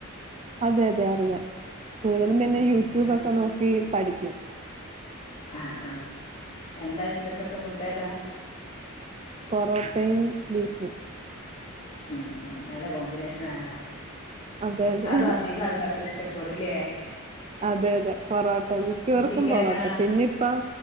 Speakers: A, on the right; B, on the left.
A: അതെ അതെ അറിയാം. കൂടുതലും പിന്നെ
B: ഉം
A: യൂട്യൂബ്
B: അ-
A: ഒക്കെ നോക്കി. പഠിക്കും.
B: ആ ആ എന്താ ഇഷ്ടപ്പെട്ട ഫുഡ് ഏതാ?
A: പൊറോട്ടയും, ബീഫും.
B: ഉം ഉം നല്ല കോമ്പിനേഷൻ ആണല്ലോ
A: അതെ അതെ.
B: അത് അധിക ആൾക്കാർക്ക് ഇഷ് ടപ്പെടുലേ?
A: അതെ അതെ പൊറോട്ട മിക്കവർക്കും
B: ചിക്കനൊക്കെ
A: പൊറോട്ട,
B: ആ
A: പിന്നിപ്പം